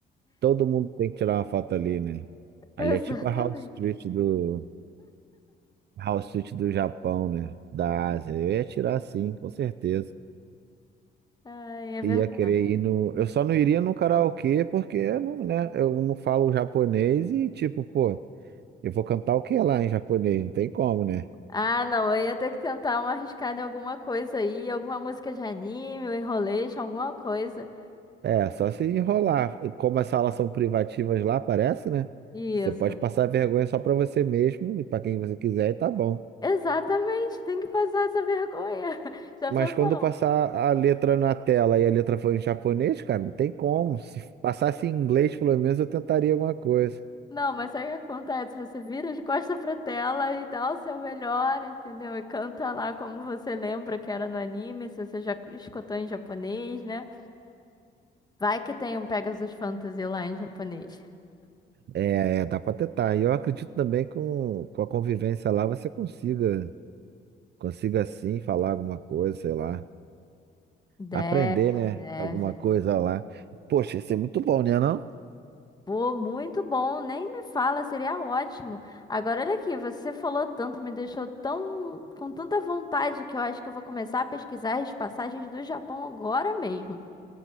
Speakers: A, on the right (about 55°); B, on the left (about 20°).
A: Todo mundo tem que tirar uma foto ali, né?
B: <laughs>
A: Ali
B: Exatamente.
A: é tipo a House Street do House Street do Japão, né? Da Ásia. Eu ia tirar sim, com certeza.
B: Ai, é verdade.
A: Ia querer ir no. Eu só não iria no karaokê porque eu não, né? Eu não falo japonês e, tipo, pô, eu vou cantar o que lá em japonês? Não tem como, né?
B: Ah, não, eu ia ter que tentar uma arriscada em alguma coisa aí, alguma música de anime, um enrolation, alguma coisa.
A: É, só se enrolar. E Como as salas são privativas lá, parece, né?
B: Isso.
A: Você pode passar vergonha só pra você mesmo e pra quem você quiser e tá bom.
B: Exatamente, tem que passar essa vergonha. <laughs> Já
A: Mas
B: pensou?
A: quando passar a letra na tela e a letra for em japonês, cara, não tem como. Se passasse em inglês, pelo menos eu tentaria alguma coisa.
B: Não, mas sabe o que acontece? Você vira de costa pra tela e dá o seu melhor, entendeu? E canta lá como você lembra que era no anime, se você já escutou em japonês, né? Vai que tem um Pegasus Fantasy lá em japonês.
A: É, é, dá para tentar. E eu acredito também que com, com a convivência lá você consiga, consiga sim falar alguma coisa, sei lá.
B: Deve,
A: Aprender, né?
B: deve.
A: Alguma coisa lá. Poxa, isso é muito bom, né, não?
B: Pô, muito bom, nem me fala, seria ótimo. Agora, olha aqui, você falou tanto, me deixou tão com tanta vontade que eu acho que eu vou começar a pesquisar as passagens do Japão agora mesmo.